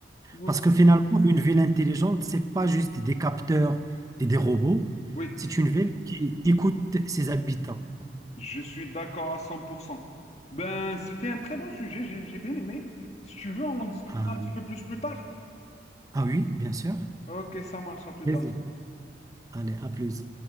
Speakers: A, on the left (about 35°); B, on the right (about 20°).
A: oui,
B: Parce que finalement, une ville intelligente, c'est pas juste des capteurs et des robots,
A: oui,
B: c'est une ville qui écoute ses habitants.
A: je suis d'accord à 100%. Ben, c'était un très bon sujet, j'ai j'ai bien aimé. Si tu veux, on en discutera
B: Ah,
A: un petit peu plus plus tard.
B: ah oui, bien sûr.
A: Ok, ça marche, à plus
B: Plaisir.
A: tard.
B: Allez, à plus.